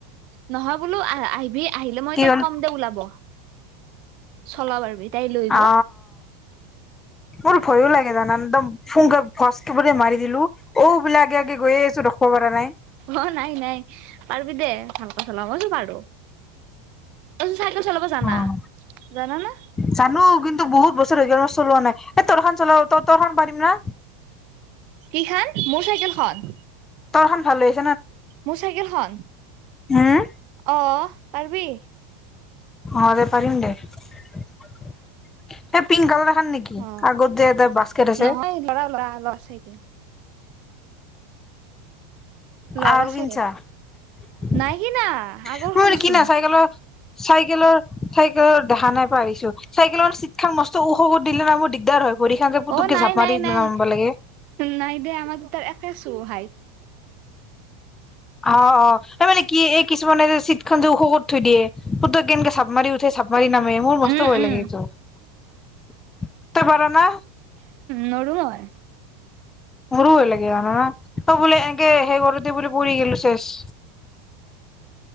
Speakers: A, on the right; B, on the left.
A: নহয় বোলো আঁহ আহিবি আহিলে মই
B: কি
A: তাইক
B: হ'ল
A: কম দে ওলাব, চলাব পাৰিব তাই লৈ আহিব
B: অ মোৰ ভয়ো লাগে জান একদম ফুংগা ফচক মাৰি দিলো ঔ বোলো আগে আগে গৈ আছো ক'ব পৰা নাই
A: অঁ নাই নাই পাৰিবি দে ভাল ক চলওঁ মইছো পাৰো চাইকেল চলাব জানা
B: অঁ
A: জানা না
B: জানো কিন্তু বহুত বছৰ হৈ গল মই চলোৱা নাই এ তৰখন চলাব ত তৰখন পাৰিম না
A: কি খন মোৰ চাইকেল খন
B: তলখন ভাল লাগিছে
A: মোৰ চাইকেলখন
B: হুম
A: অঁ পাৰিবি
B: অঁ দে পাৰিম দে এই পিংক কালাৰ দেখাৰ নেকি
A: অ
B: আগৰ যে এ বাস্কেট আছে
A: নহয় ল'ৰা ল'ৰা ল'ৰা চাইকেল ল'ৰা
B: আৰু
A: চাইকেল
B: কিছা ম
A: নাই কিনা আগৰ খনেচোন
B: কিনা চাইকেলৰ চাইকেলৰ চাইকেলত দেখা নাই পাইিছো চাইকেলৰ চীট খা মস্ত ওখ দিলে না মোৰ দিগদাৰ হয় ভৰিখন যে পুতুককে
A: অঁ নাই,
B: জাপ মাৰি
A: নাই, নাই,
B: নামাব লাগে
A: নাই দে আমাৰ তাৰ ছো হয়াই
B: অঁ, অঁ, ত মানে কি এই কিছুমানে যে চিট খ যে ওখখত থৈ দিয়ে সত কেনেকে চাপ মাৰি উঠ চ ভৰি নামে মোৰ মস্ত
A: উম
B: ভই
A: উম
B: লাগে ত ই পাৰ না
A: নৰো মই
B: মোৰো ভয় লাগে জানা ত বোলে এনেকে সেই গলোতে বুলি পু গলো চেষ